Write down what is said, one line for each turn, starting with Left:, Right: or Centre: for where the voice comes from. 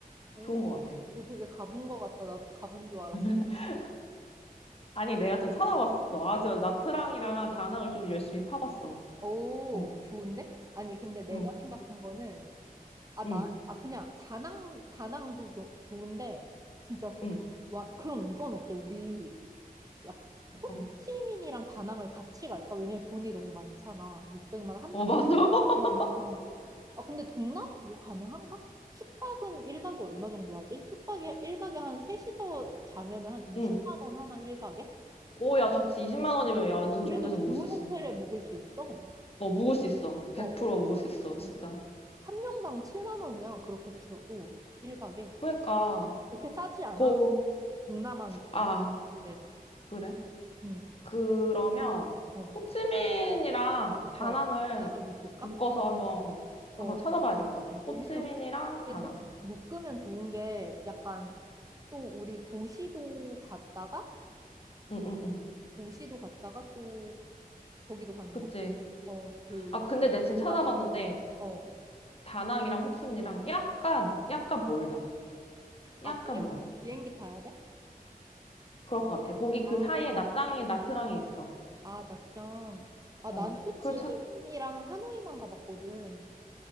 Right: 오,
Left: 좋은 거 같아.
Right: 너 되게 가본 거 같다. 나 가본 줄 알았어.
Left: <laughs> 아니, 내가 좀 찾아봤어. 아, 저 나트랑이랑
Right: 오,
Left: 다낭을 좀 열심히 파봤어.
Right: 오,
Left: 어,
Right: 좋은데? 아니, 근데 내가
Left: 응,
Right: 생각한 거는, 아,
Left: 응,
Right: 나, 아, 그냥 다낭, 다낭도 좀 좋은데, 진짜 호,
Left: 응.
Right: 와, 그럼 이건 어때? 우리 약
Left: 어떤
Right: 호치민이랑
Left: 거?
Right: 다낭을 같이 갈까? 왜냐면 돈이 너무 많잖아. 600만 원, 한
Left: 어, 맞아.
Right: 명당이야.
Left: <laughs>
Right: 아, 근데 동남아 이거 가능한가? 숙박은 1박에 얼마 정도 하지? 숙박이 1박에 한 셋이서 자면은 한 20만
Left: 응.
Right: 원 하나 1박에?
Left: 오, 야, 좋지. 20만 원이면 야, 완전
Right: 그래도
Left: 좋은 데서
Right: 좋은
Left: 묵을 수 있어.
Right: 호텔에 묵을 수 있어.
Left: 어, 묵을 수 있어. 100%
Right: 어, 어,
Left: 묵을 수 있어,
Right: 어.
Left: 진짜.
Right: 어. 한 명당 7만 원이야. 그렇게 쳐도 1박에.
Left: 그러니까,
Right: 그렇게 싸지 않아.
Left: 고,
Right: 동남아니까.
Left: 아,
Right: 네.
Left: 그래?
Right: 응.
Left: 그러면
Right: 어.
Left: 호치민이랑 다낭을
Right: 어. 다낭을 묵을까?
Left: 묶어서 한번
Right: 어.
Left: 한번 찾아봐야 될 것 같아. 호치민이랑
Right: 왜냐면
Left: 다낭.
Right: 이게 또 묶으면 좋은 게 약간 또 우리 도시도 갔다가
Left: 응응응.
Right: 도시도 갔다가 또 거기도 가는
Left: 그치.
Right: 거지. 어, 그
Left: 아
Right: 약간
Left: 근데 내 지금 찾아봤는데
Right: 바다 같은 거. 어.
Left: 다낭이랑 호치민이랑 약간 약간 멀다.
Right: 아,
Left: 약간
Right: 그래?
Left: 멀어.
Right: 비행기 타야 돼?
Left: 그럴 것 같아. 거기 그
Right: 아,
Left: 사이에 나짱이 나트랑이 있어.
Right: 아, 낮장. 아,
Left: 어.
Right: 나는 호치민이랑
Left: 그렇
Right: 하노이만 가봤거든.